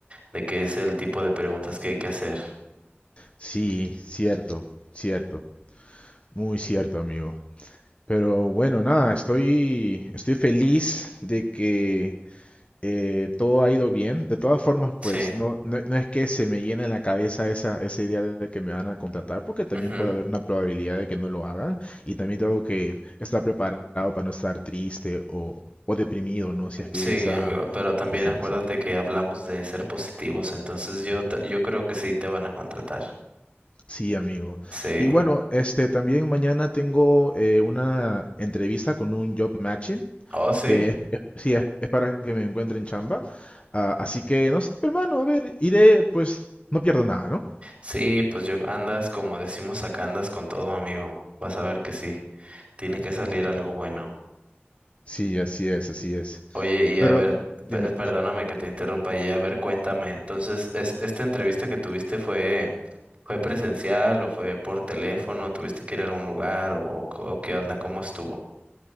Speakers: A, on the right; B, on the left.
A: de qué es el tipo de preguntas que hay que hacer.
B: Sí, cierto, cierto, muy cierto, amigo. Pero bueno, nada, estoy, estoy feliz de que eh, todo ha ido bien. De todas formas, pues
A: Sí.
B: no, no, no es que se me llene en la cabeza esa, esa idea de que me van a contratar, porque también
A: ujú.
B: puede haber una probabilidad de que no lo hagan. Y también tengo que estar preparado para no estar triste o, o deprimido, ¿no? Si es que
A: Sí,
B: esa,
A: amigo, pero también
B: esa
A: acuérdate
B: decisión.
A: que hablamos de ser positivos, entonces yo, ta- yo creo que sí te van a contratar.
B: Sí, amigo.
A: Sí.
B: Y bueno, este también mañana tengo eh, una entrevista con un job matching.
A: Oh, sí.
B: que es, es- sí, es, es para que me encuentren chamba. Ah, así que, no sé, pero, hermano, a ver, iré, pues, no pierdo nada, ¿no?
A: Sí, pues yo andas como decimos acá, andas con todo, amigo. Vas a ver que sí. Tiene que salir algo bueno.
B: Sí, así es, así es.
A: Oye, y
B: Pero,
A: a ver,
B: dime,
A: per- perdóname que te interrumpa, y a ver, cuéntame, entonces, es, ¿esta entrevista que tuviste fue, fue presencial o fue por teléfono? ¿Tuviste que ir a un lugar o, co- o qué onda? ¿Cómo estuvo?